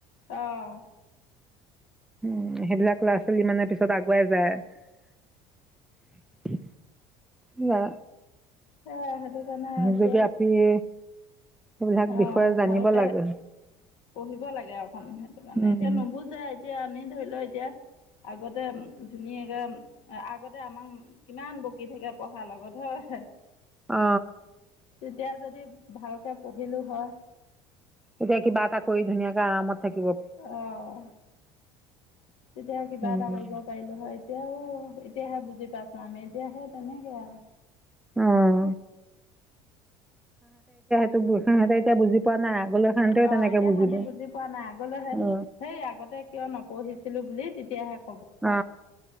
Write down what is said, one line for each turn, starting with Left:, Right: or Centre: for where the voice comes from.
Left: অঁ
Centre: উম সেইবিলাক ল'ৰা ছোৱালী মানে পিছত আগুৱাই যায়। ন <unintelligible> হ
Left: সেয়াই সেইটো কাৰণে এতিয়া
Centre: সেই যেকদি আপনি <inaudible> <unintelligible> সেইবিলাক
Left: অঁ
Centre: বিষয়ে জানিব
Left: ভালকৈ
Centre: লাগে।
Left: পঢ়িব লাগে আৰু সেইটো কাৰণে
Centre: উম।
Left: এতিয়া নুবুজে এতিয়া আমি ধৰি লও এতিয়া। আগতে ধুনীয়াকৈ আগতে আমাক কিমান বকি থাকে পঢ়াৰ লগত হয়।
Centre: অ
Left: তেতিয়া যদি ভালকৈ পঢ়িলোঁ হয়।
Centre: এতিয়া কিবা এটা কৰি ধুনীয়াকে আৰামত থাকি
Left: অ তেতিয়া কিবা
Centre: উম,
Left: এটা কৰিব পাৰিলো হয় এতিয়াও এতিয়াহে বুজি পাইছো আমি এতিয়া সে তেনেকে আৰু
Centre: অহ সিহঁতে এতিয়া বুজি পোৱা নাই। আগলৈ সিহঁতেও
Left: অ
Centre: তেনেকে
Left: এতিয়া
Centre: বুজিব।
Left: সতি বুজি পোৱা নাই আগলৈহে
Centre: অ',
Left: সেই আগতে কিয় নপঢ়িছিলো বুলি এ <unintelligible>
Centre: অ